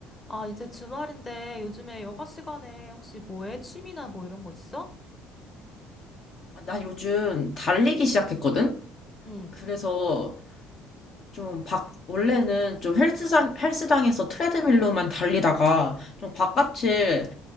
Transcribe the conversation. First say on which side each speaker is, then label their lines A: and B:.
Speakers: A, on the left; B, on the left.
A: 아, 이제 주말인데 요즘에 여가 시간에 혹시 뭐 해? 취미나 뭐 이런 거 있어?
B: 아, 나 요즘 달리기 시작했거든?
A: 응.
B: 그래서 좀 밖 원래는 좀 헬스장, 헬스장에서 트레드밀로만 달리다가 좀 바깥을